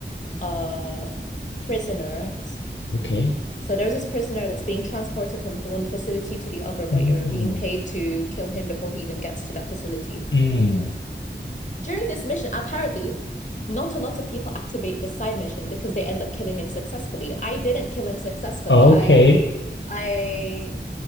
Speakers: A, on the left; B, on the left.
A: uh prisoner.
B: Okay.
A: So there's this prisoner that's being transported from one facility to the other, but
B: Mm.
A: you're being paid to kill him before he even gets to that facility.
B: Mm.
A: During this mission, apparently, not a lot of people activate the side mission because they end up killing him successfully. I didn't kill him successfully.
B: Okay.
A: I I